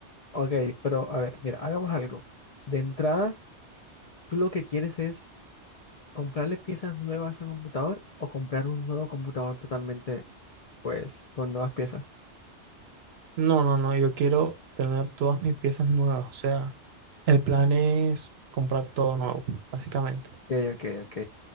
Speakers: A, on the left; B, on the right.
A: ok, pero a ver, mira, hagamos algo. De entrada, tú lo que quieres es comprarle piezas nuevas a un computador o comprar un nuevo computador totalmente, pues, con nuevas piezas.
B: No, no, no, yo quiero tener todas mis piezas nuevas, o sea, el plan es comprar todo nuevo, básicamente.
A: Ok, ok, ok.